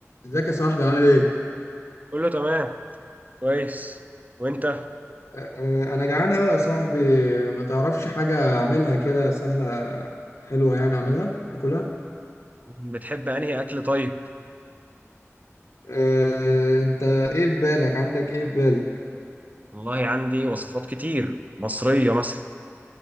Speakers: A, on the left; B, on the right.
A: ازيك يا صاحبي عامل ايه؟
B: كله تمام كويس وانت
A: أه، انا جعان قوي يا صاحبي ما تعرفش حاجة اعملها كده سهلة حلوة يعني اعملها اكلها
B: بتحب انهي اكل طيب
A: أه، انت ايه في بالك عندك ايه في بالك
B: والله عندي وصفات كتير مصرية مثلا